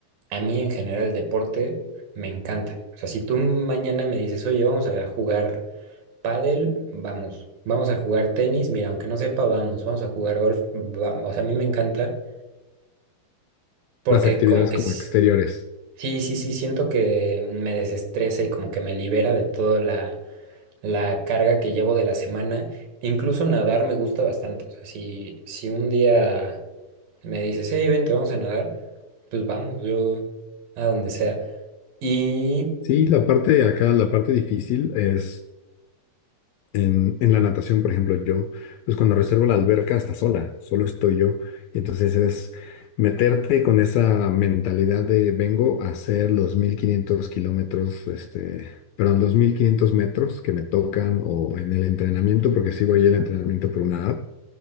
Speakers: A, on the right; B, on the left.
A: a mí en general el deporte me encanta. O sea, si tú mañana me dices, oye, vamos a jugar. Pádel, vamos, vamos a jugar tenis, mira, aunque no sepa, vamos, vamos a jugar golf, vamos, o sea, a mí me encanta porque
B: Las actividades
A: como que
B: como
A: sí,
B: exteriores.
A: sí, sí, sí, siento que me desestresa y como que me libera de toda la, la carga que llevo de la semana. Incluso nadar me gusta bastante, o sea, si, si un día me dices, hey, vente, vamos a nadar, pues vamos, yo a donde sea. Y,
B: Sí, la parte de acá, la parte difícil es En, en la natación, por ejemplo, yo, pues cuando reservo la alberca está sola, solo estoy yo. Y entonces es meterte con esa mentalidad de vengo a hacer los 1500 kilómetros, este, perdón, los 1500 metros que me tocan o en el entrenamiento, porque sigo ahí el entrenamiento por una app.